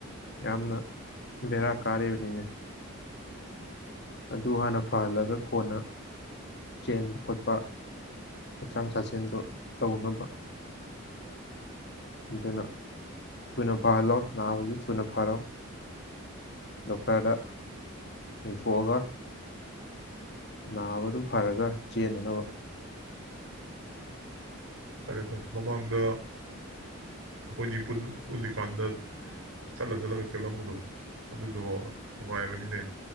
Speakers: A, on the left; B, on the right.
A: ꯌꯥꯝꯅ ꯕꯦꯔꯥ ꯀꯥꯔꯤꯕꯅꯤꯅꯦ ꯑꯗꯨ ꯍꯥꯟꯅ ꯐꯍꯜꯂꯒ ꯀꯣꯟꯅ ꯆꯦꯟꯕ ꯈꯣꯠꯄ ꯍꯛꯆꯥꯡ ꯁꯥꯖꯦꯟꯗꯣ ꯇꯧꯅꯕ ꯑꯗꯨꯅ ꯊꯨꯅ ꯐꯍꯜꯂꯣ ꯅꯥꯕꯁꯨ ꯊꯨꯅ ꯐꯔꯣ ꯗꯣꯛꯇꯔꯗ ꯌꯦꯡꯊꯣꯛꯑꯒ ꯅꯥꯕꯗꯨ ꯐꯔꯒ ꯆꯦꯟꯅꯅꯕ
B: ꯐꯔꯦ ꯐꯔꯦ ꯃꯃꯥꯡꯗ ꯑꯩꯈꯣꯏꯅꯤ ꯆꯗ ꯆꯠꯂ ꯆꯠꯂꯒ ꯆꯠꯂꯝꯕꯗꯣ ꯑꯗꯨꯗꯣ ꯅꯨꯡꯉꯥꯏꯕꯅꯤꯅꯦ